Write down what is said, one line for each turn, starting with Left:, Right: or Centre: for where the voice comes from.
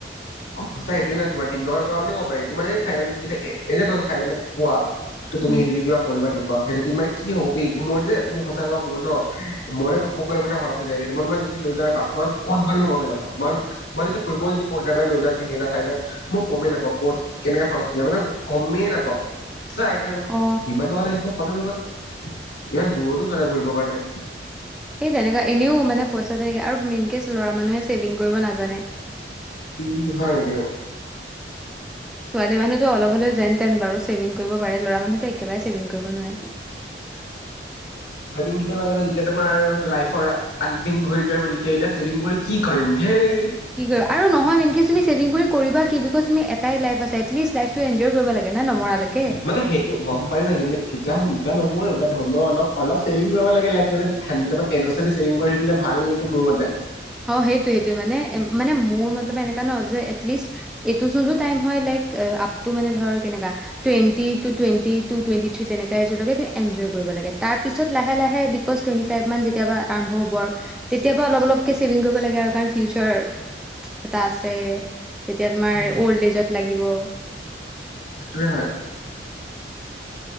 Left: সঁচাই সেইটোয়ে ন তোমাৰ তিন টকা দুটকা বুলি কব পাৰি তোমাৰ এই ফাইভ হাণ্ড্ৰেত যদি এ এনেই কৈছো ফাইভ হাণ্ড্ৰেত পোৱা তুমি
Centre: উম
Left: সেইটোদি কিবা কৰিবা নেকি অ সেইটো দি মানে কি হ'ব বে মোৰ যে মোৰ সঁচা কথা মোৰ ন মনে ঘপক কেনে পইচা খৰচ হৈ যায় ৰে মই তোমাক যদি লৈ যাও পাচশ কত গ'ল মই গমে নাপাওঁ মই যদি ফুৰিব যদি কত একেবাৰে লৈ যাওঁ তিনি হাজাৰ চাৰি হাজাৰ মই গমেই নাপাও কত কেনেকে খৰচ হৈ যা মানে গমেই নাপাওঁ ছাইদ হৈ গ
Centre: অ
Left: ইমান টকা আনিছিলো ইমান দূৰতো যোৱা নাই ঘূৰিবৰ কাৰণে
Centre: এই তেনেকুৱা এনেও মানে পইচা তেনেকে আৰু মেইনকে ল'ৰা মানুহে ছেভিং কৰিব নাজানে
Left: উম হয় নেকি
Centre: ছোৱালী মানুহ অলপ হলেও যেনতেন বাৰু ছেভিং কৰিব পাৰে লৰা মনুহ তো একেবাৰে ছেভিং কৰিব নোৱাৰে।
Left: ভাবিং যেতিয়া তোমাৰ লাইফৰ অন্তিম ঘড়ী টো আহিব তেতিয়া। এতিয়া ছেভিং কৰি কি কৰিম ধেই
Centre: কি কৰিব আৰু নহয় মেনকে তুমি ছেভিং কৰি কৰিবা কি বিকজ তুমি এটাই লাইফ আছে এটলিষ্টজ লাইফটো এনজয় কৰিব লাগে না নমৰালৈকে
Left: মানে সেইটো গম পাইছো কিন্তু এতিয়া <unintelligible> জানো মইয়ো বাট হলেও অলপ অলপ ছেভিং কৰিব লাগে লাগিলে মানে <unintelligible> টেন পাৰ্চেন্ট ছেভিং কৰি থলে ভাল নেকি মোৰ মতে
Centre: অ সেইটোয়েটো মানে মানে মোৰ মতলব এনেকুৱা নহ যে এলিষ্ট এইটো যোনটো টাইম হয় লাইক আপ টু মানে ধৰ কেনেকা twenty two twenty two twenty three তেনেক এযোৰকে এনজয় কৰিব লাগে তাৰপিছত লাহে লাহে বিকজ টুৱেণ্টি ফাইভ মান যেতিয়াবা আৰম্ভ হ'ব আৰু তেতিয়াবা অলপ অলপ ছেভিং কৰিব লাগে আৰু কাৰণ ফিউচাৰ এটা আছে তেতিয়া তোমাৰ
Left: অ'
Centre: অল্ড লিজত লাগে গিব
Left: সেতুৱে হয়